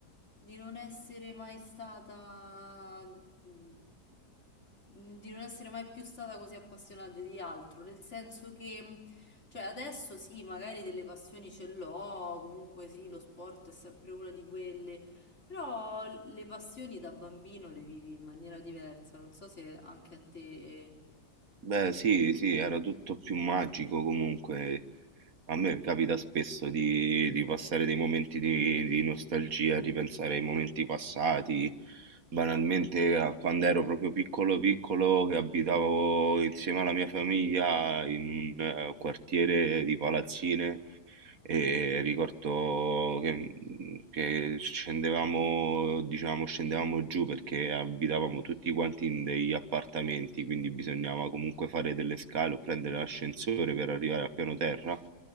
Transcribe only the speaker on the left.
di non essere mai stata, mhmm, di non essere mai più stata così appassionata di altro, nel senso che... mhmm, cioè, adesso sì, magari delle passioni ce l'ho, comunque sì, lo sport è sempre una di quelle, però le passioni da bambino le vivi in maniera diversa, non so se anche a te...